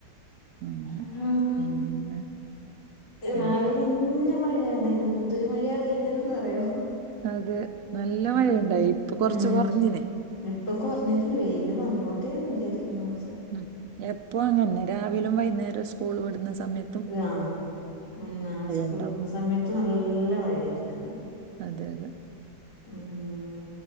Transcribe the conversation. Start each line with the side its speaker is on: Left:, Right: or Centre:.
Right: അങ്ങനെ.
Left: <unintelligible>
Right: പിന്നെ
Left: രാവിലാന്നെ
Right: എൻ-
Left: മഴയാ അന എന്തൊരു മഴയാ കഴിഞ്ഞതന്ന് പറയാ
Right: അത് നല്ല
Left: അതന്നെ
Right: മഴയുണ്ടായി ഇപ്പൊ കുറച്ച്
Left: ഉം
Right: കുറഞ്ഞിന്
Left: ഇപ്പം കുറഞ്ഞിട്ടുണ്ട് വെയില് വന്നോട്ടേന്ന് വിചാരിക്കുനുസ്
Right: ഉം എപ്പൊ അങ്ങനെ രാവിലും വൈകുന്നേരം സ്കൂൾ വിടുന്ന സമയ
Left: ആതാ ഉം ആ സ്കൂള്
Right: ഉണ്ടാവും
Left: വിട്ന്ന സമയത്ത് നല്ല മഴയാരിക്കും
Right: അതെ അതെ
Left: ഉം